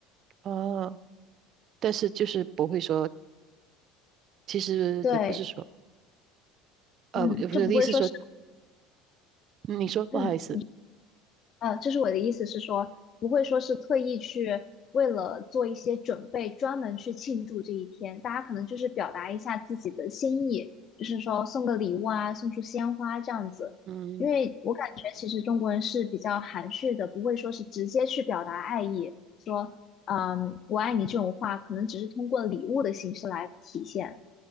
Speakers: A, on the right; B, on the left.
A: 哦，但是就是不会说，其实也不是说，
B: 对，
A: 呃，
B: 嗯，
A: 我的意思是说，
B: 就不会说是
A: 嗯你说不好意思，
B: 嗯。呃，就是我的意思是说，不会说是特意去为了做一些准备，专门去庆祝这一天。大家可能就是表达一下自己的心意，就是说送个礼物啊，送束鲜花这样子。
A: 嗯。
B: 因为我感觉其实中国人是比较含蓄的，不会说是直接去表达爱意，说嗯我爱你这种话，可能只是通过礼物的形式来体现。